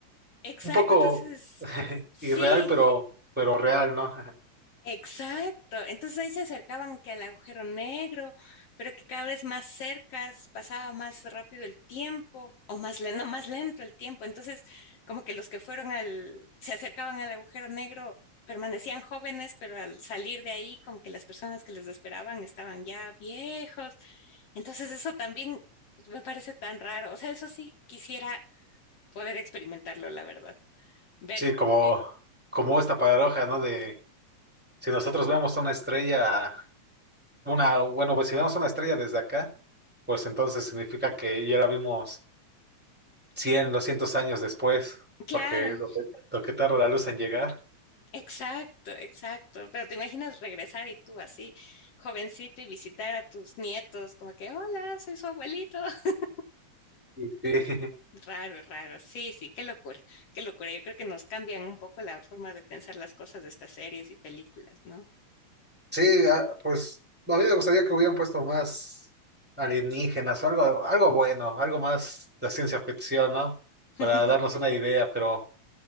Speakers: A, on the left; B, in the centre.
A: exacto.
B: un poco
A: Entonces,
B: <laughs>
A: sí.
B: irreal, pero, pero real, ¿no?
A: Exacto. Entonces ahí se acercaban que al agujero negro, pero que cada vez más cercas pasaba más rápido el tiempo, o más lento, más lento el tiempo. Entonces, como que los que fueron al, se acercaban al agujero negro permanecían jóvenes, pero al salir de ahí, como que las personas que les esperaban estaban ya viejos. Entonces, eso también me parece tan raro. O sea, eso sí quisiera poder experimentarlo, la verdad. Ver,
B: Sí, como, como esta paradoja, ¿no? De si nosotros vemos una estrella, una, bueno, pues si vemos una estrella desde acá, pues entonces significa que ya la vimos 100, 200 años después,
A: claro.
B: porque lo que, lo que tarda la luz en llegar.
A: Exacto, exacto. Pero te imaginas regresar y tú así, jovencito, y visitar a tus nietos, como que, hola, soy su abuelito. <laughs>
B: Sí, <laughs> sí,
A: Raro, raro. Sí, sí, qué locura, qué locura. Yo creo que nos cambian un poco la forma de pensar las cosas de estas series y películas, ¿no?
B: Sí, ah, pues a mí me gustaría que hubieran puesto más alienígenas o algo, algo bueno, algo más de ciencia ficción, ¿no?
A: <laughs>
B: Para darnos una idea, pero